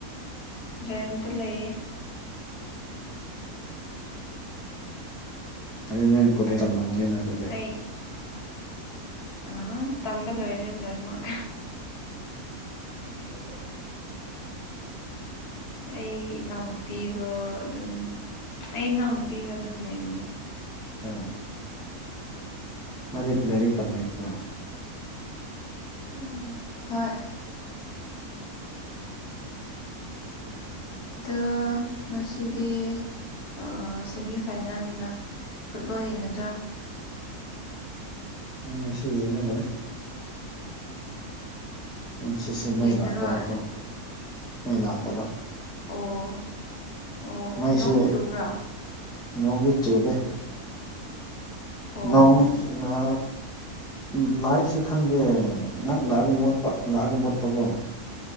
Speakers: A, on the left (about 80°); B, in the centre.
A: ꯔꯦꯟꯇ ꯂꯩ
B: ꯑꯗꯨ ꯅꯪ ꯀꯣꯂ ꯇꯝ ꯃꯅꯤꯅ ꯑꯗꯨꯗꯤ
A: ꯑꯩ ꯑ ꯇꯝꯕ ꯂꯣꯏꯔꯦ ꯂꯣꯏꯃꯛ <unintelligible> ꯑꯩ ꯏꯅꯥꯎꯅꯨꯄꯤꯕꯨ ꯑꯗꯨꯝ ꯑꯩ ꯏꯅꯥꯎꯅꯨꯄꯤꯒ ꯑꯗꯨꯝ ꯂꯩꯕꯅꯦ꯫
B: ꯑ ꯃꯥꯗꯤ ꯂꯥꯏꯔꯤꯛ ꯇꯝꯃꯤꯕ꯭ꯔꯣ꯫
A: ꯎꯝ ꯍꯣꯏ꯫
B: ꯎꯝ
A: ꯗ ꯉꯁꯤꯗꯤ ꯑ ꯁꯦꯃꯤ ꯐꯥꯏꯅꯦꯜꯅꯤꯅ ꯐꯨꯠꯕꯣꯜ ꯌꯦꯡꯒꯗ꯭ꯔꯥ꯫
B: ꯉꯁꯤ ꯌꯦꯡꯉꯔꯣꯏ꯫
A: ꯎꯝ
B: ꯎꯝ ꯉꯁꯤꯁꯦ ꯃꯩ
A: ꯌꯦꯡꯉꯔꯣꯏ
B: ꯂꯥꯛꯇꯕꯀꯣ ꯃꯩ ꯂꯥꯛꯇꯕ꯫
A: ꯑꯣ ꯑꯣ ꯑꯣ
B: ꯃꯩꯁꯨ
A: ꯅꯣꯡ ꯆꯨꯕ꯭ꯔꯥ
B: ꯅꯣꯡꯗꯤ ꯆꯨꯗꯦ꯫
A: ꯑꯣ
B: ꯅꯪ ꯅ ꯎ ꯃꯥꯏꯁꯨ ꯈꯪꯗꯦ ꯉꯥꯏꯍꯥꯛ ꯂꯥꯛꯑꯒ ꯃꯣꯠꯄ ꯂꯥꯛꯑꯒ ꯃꯣꯠꯄꯀꯣ꯫